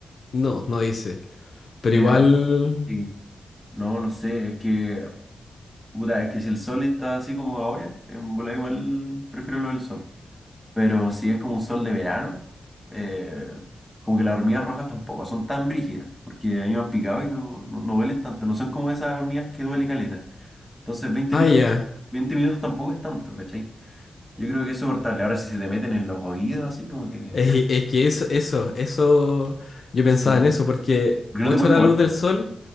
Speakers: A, on the left; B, in the centre.
A: no, no dice, pero
B: Mira,
A: igual...
B: sí. No, no sé, es que, puta, es que si el sol está así como ahora, en bola igual prefiero lo del sol. Pero si es como un sol de verano, eh, como que las hormigas rojas tampoco son tan brígidas, porque a mí me han picado y no, no, no duelen tanto, no son como esas hormigas que duele caleta. Entonces veinte
A: Ah,
B: minutos,
A: ya.
B: 20 minutos tampoco es tanto, ¿cachai? Yo creo que es soportable. Ahora si se te meten en los oídos así, como que...
A: Es,
B: <laughs>
A: es que eso, eso, eso, yo pensaba
B: Sí.
A: en eso, porque
B: Porque
A: 8
B: no te puedes
A: horas
B: mover.
A: luz del sol